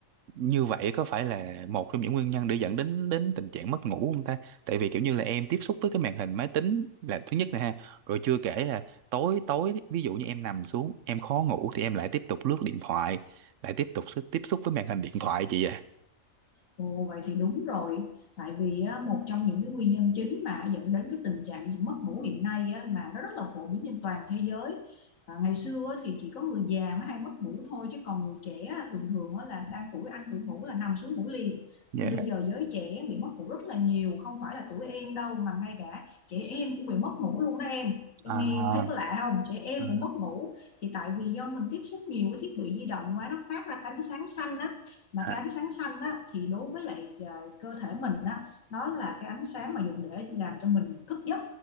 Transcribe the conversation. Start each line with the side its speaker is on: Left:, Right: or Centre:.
Right: như vậy có phải là một trong những nguyên nhân để dẫn đến đến tình trạng mất ngủ không ta? Tại vì kiểu như là em tiếp xúc với cái màn hình máy tính là thứ nhất nè ha, rồi chưa kể là tối tối ví dụ như em nằm xuống em khó ngủ thì em lại tiếp tục lướt điện thoại, lại tiếp tục sức- tiếp xúc với màn hình điện thoại chị ạ.
Left: Ồ, vậy thì đúng rồi tại vì á, một trong những cái nguyên nhân chính mà dẫn đến cái tình trạng gì mất ngủ hiện nay á, mà nó rất là phổ biến trên toàn thế giới à, ngày xưa á, thì chỉ có người già mới hay mất ngủ thôi chứ còn người trẻ á, thường thường á, là đang tuổi ăn tuổi ngủ là nằm xuống ngủ liền
Right: Yeah.
Left: nhưng bây giờ giới trẻ bị mất ngủ rất là nhiều không phải là tuổi em đâu mà ngay cả trẻ em cũng bị mất ngủ luôn đó em em
Right: À,
Left: nghe em thấy có lạ không trẻ em
Right: à,
Left: cũng mất ngủ thì tại vì do mình tiếp xúc nhiều với thiết bị di động quá nó phát ra cái ánh sáng xanh á mà
Right: à,
Left: cái ánh sáng xanh á, thì đối với lại à, cơ thể mình á, nó là cái ánh sáng mà dùng để làm cho mình thức giấc